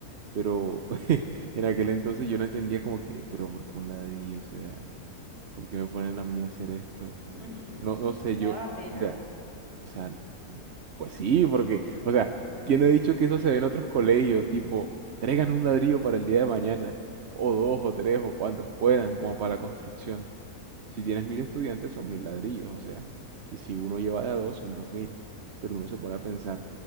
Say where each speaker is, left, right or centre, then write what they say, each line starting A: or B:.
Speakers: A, on the right; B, on the right.
A: pero <laughs> en aquel entonces yo no entendía como que, pero ¿por qué un ladrillo? O sea, ¿por qué me ponen a mí a hacer esto?
B: <laughs>
A: No, no sé,
B: Te
A: yo,
B: daba pena.
A: mira, O sea, pues sí, porque, o sea, tiene dicho que eso se ve en otros colegios, tipo, traigan un ladrillo para el día de mañana, o dos, o tres, o cuantos puedan, como para la construcción. Si tienes mil estudiantes, son mil ladrillos, o sea, y si uno lleva de a dos, son dos mil. Pero uno se pone a pensar,